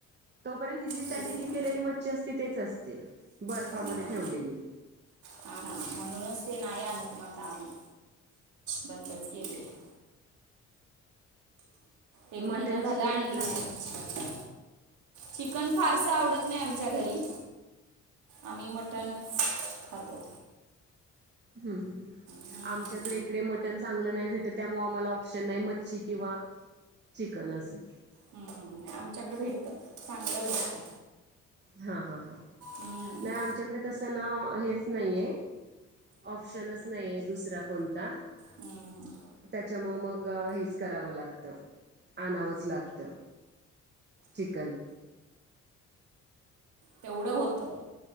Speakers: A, on the right; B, on the right.
A: तोपर्यंत हि जी
B: तेच
A: त्यांनी
B: ना
A: ही केलेली मच्छी असते. तिथेच असते बर्फामध्ये
B: हो ना
A: ठेवलेली.
B: हा ना म्हणूनच ते नाही आणत म आता आम्ही बंदच केली आहे. एक
A: मटन
B: महिना झाला
A: चिकन
B: आणली
A: हे खातात
B: नाही भाजी चिकन फारसं आवडत नाही आमच्या घरी आम्ही मटणच खातो.
A: हम्म.
B: हम्म
A: आमच्याकडे इकडे मटन चांगलं नाही भेटत त्यामुळे आम्हाला ऑप्शन नाही मच्छी किंवा चिकन असल.
B: हम्म, आमच्याकडे भेटत चांगलं भेटतं.
A: हा हा हा
B: हम्म,
A: नाही आमच्याकडे तसं ना हेच नाही आहे ऑप्शनच नाही आहे दुसरा कोणता.
B: हम्म.
A: त्याच्यामुळ मग हेच करावं लागत आणावंच लागतं. चिकन.
B: तेवढं होतं